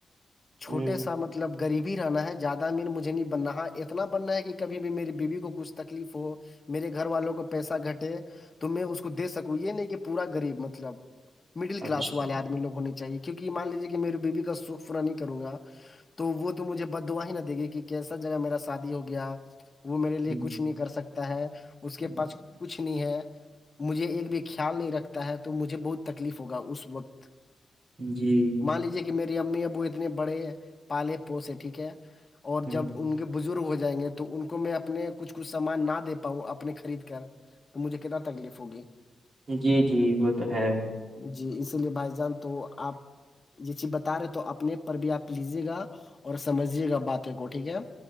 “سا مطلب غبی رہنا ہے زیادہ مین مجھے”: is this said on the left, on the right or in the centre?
Left